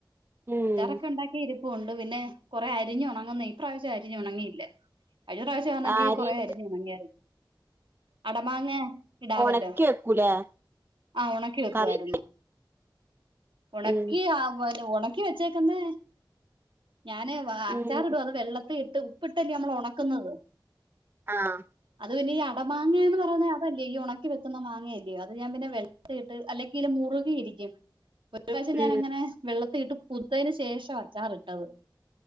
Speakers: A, on the right; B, on the right.
A: ഉം
B: അച്ചാറൊക്കെണ്ടാക്കിരിപ്പുണ്ട് പിന്നെ കൊറെ അ രിഞ്ഞൊണങ്ങുന്നേ ഇപ്രാവ്ശ്യം അരിഞ്ഞുണങ്ങീല്ല കഴിഞ്ഞ പ്രാവശ്യാണെങ്കി
A: അരിഞ്ഞ്
B: കൊറെ അരിഞ്ഞൊണങ്ങിയാരുന്നു അടമാങ്ങെ ഇടാവല്ലോ
A: ഒണക്കി വെക്കൂലേ
B: ആഹ് ഒണക്കി വെക്കുവാരുന്നു.
A: കറി
B: ഒണക്കി
A: ഉം
B: ആവാലോ ഒണക്കി വെച്ചേക്കുന്നെ ഞാന് വാ
A: ഉം
B: ച്ചാറിടും അത് വെള്ളത്തിയിട്ട് ഉപ്പിട്ടല്ലേ നമ്മള് ഒണക്കുന്നത്.
A: ആഹ്
B: അത് പിന്നെ ഈ അടമാങ്ങയന്ന് പറയ്ന്ന അതല്ലേ ഈ ഒണക്കി വെക്ക്‌ന്ന മാങ്ങയല്ല്യോ അത് ഞാമ്പിന്നെ വെ ത്തിയിട്ട് അല്ലെങ്കില് മുറുകിയിരിക്കും. <unintelligible> ഒര്പ്രാശം ഞാനങ്ങനെ
A: ഉം
B: വെള്ളത്തിയിട്ട് കുതിത്തേന് ശേഷവാ അച്ചാറിട്ടത്